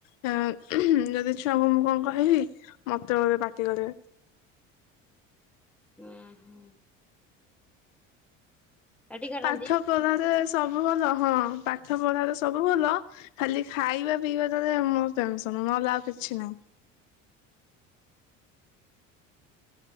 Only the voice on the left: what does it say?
ହଁ, ଯଦି ଛୁଆ ମୁଁ କଣ କହିବି ମତେ ଗୁରେ ପାଟି କରିବେ।
ପାଠ ପଢାରେ ସବୁ ଭଲ ହଁ ପାଠ ପଢାରେ ସବୁ ଭଲ ଖାଲି ଖାଇବା ପିଇବାଟାରେ ମୋର ଟେନସନ୍ ନହେଲେ ଆଉ କିଛି ନାହିଁ।